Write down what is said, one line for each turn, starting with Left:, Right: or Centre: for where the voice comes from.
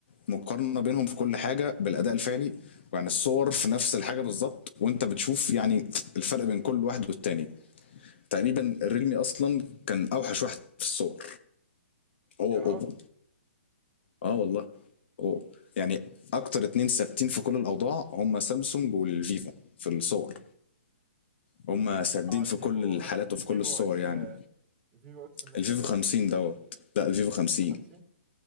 Left: مقارنة بينهم في كل حاجة بالأداء الفعلي يعني الصور في نفس الحاجة بالظبط وانت بتشوف يعني الفرق بين كل واحد والتاني تقريبا الريلمي أصلا كان أوحش واحد في الصور هو
Right: يا
Left: وأوبو
Right: راجل
Left: اه والله أوبو. يعني أكتر اتنين ثابتين في كل الأوضاع هم سامسونج والفيفو في الصور هم سادين
Right: اه الفيفو
Left: في كل الحالات
Right: الفيفو
Left: وفي كل الصور
Right: اكس
Left: يعني
Right: الفيفو اكس 100
Left: الفيفو
Right: صح؟
Left: 50 دوت لا
Right: اكس
Left: الفيفو 50
Right: إكس 50